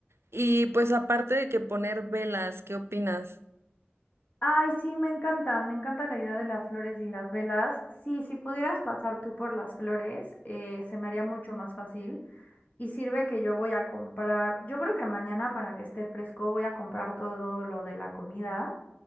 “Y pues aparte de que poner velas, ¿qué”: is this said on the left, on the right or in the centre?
Right